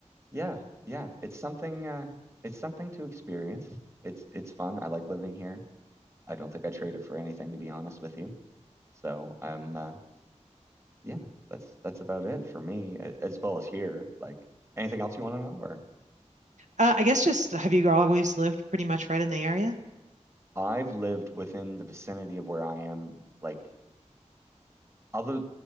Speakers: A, on the right; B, on the right.
A: yeah, yeah, it's something uh it's something to experience. It's it's fun. I like living here. I don't think I trade it for anything to be honest with you. So, I'm uh yeah, that's that's about it for me a- as well as here. Like anything else you want to know or
B: Uh, I guess just have you always lived pretty much right in the area?
A: I've lived within the vicinity of where I am, like other